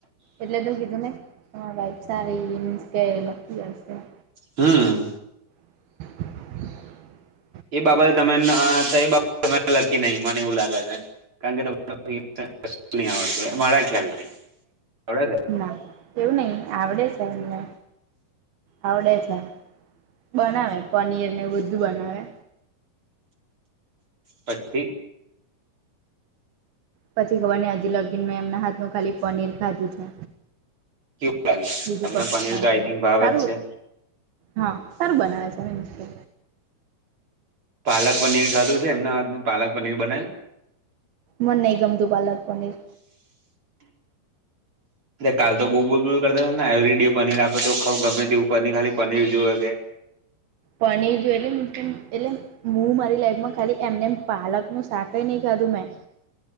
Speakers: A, on the right (about 75°); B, on the right (about 35°).
A: એટલે તો કીધું ને તમારી વાઇફ સારી મીન્સ કે લકી હશે
B: હમ
A: <inaudible>
B: એ બાબતે તમે <unintelligible> લકી નહી મને એવું લાગે છે <inaudible> ની આવડતું મારા ખ્યાલ આવડે છે
A: ના એવું નહિ આવડે છે એમને આવડે છે બનાવે પનીર ને બધું બનાવે
B: પછી
A: પછી ખબર ની હજી લગીને મેં એમના હાથ ણુ ખાલી પનીર ખાધું છે
B: કેવું લાગે
A: બીજું
B: તમને
A: કશું
B: પનીર
A: ખાધુ
B: તો આઈ થિંક ભાવ
A: સારું
B: જ છે
A: હા સારું બનાવે છે પન છે
B: પાલક પનીર ખાધું છે એમના હાથ નું પાલક પનીર બનાવ્યું
A: મને નહીં ગમતું પાલક પનીર
B: કાલ તો બહુ બોલ બોલ કરતા ને એવરી ડે પનીર આપે તો ખાઉ ગમે તેવું પનીર ખાલી પનીર જોએ કે
A: પનીર ગયું એટલે મી એટલે હું મારી લાઈફમાં ખાલી એમને પાલક નું શાક ની ખાધું મેં